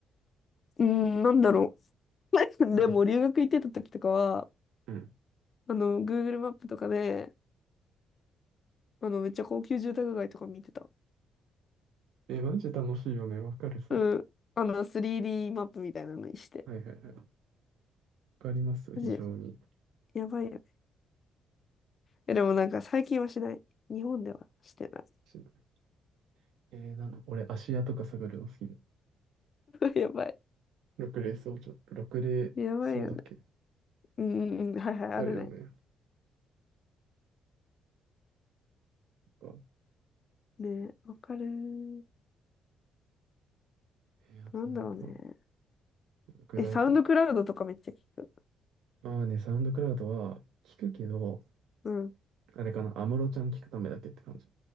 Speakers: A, on the left; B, on the right.
A: うん、なんだろう。<laughs>
B: あと、
A: でも、留学行ってた時とかは、
B: うん。
A: あの、Google マップとかで、あの、めっちゃ高級住宅街とか見てた。
B: え、マジ楽しいよね。わかる、それ。
A: うん。あの、3D マップみたいなのにして。
B: はいはいはい。わかります、
A: マジ、
B: 非常に。
A: やばいよね。え、でもなんか最近はしない。日本ではしてな
B: しえー、なんだ、俺、芦屋とか探るの好きです。
A: い。<laughs> やばい。
B: 6レーをちょっと、ろく例そうだっけ
A: やばいよね。うんうんうん。はいはい、
B: あるよね。
A: あるね。
B: なんか
A: ねえ、わかるー。
B: えーあとなんだろ
A: なんだろうね。
B: う。ぐらいかな。
A: え、サウンドクラウドとかめっちゃ聞く。
B: ああね、サウンドクラウドは聞くけど、
A: うん。
B: あれかな、安室ちゃん聞くためだけって感じ。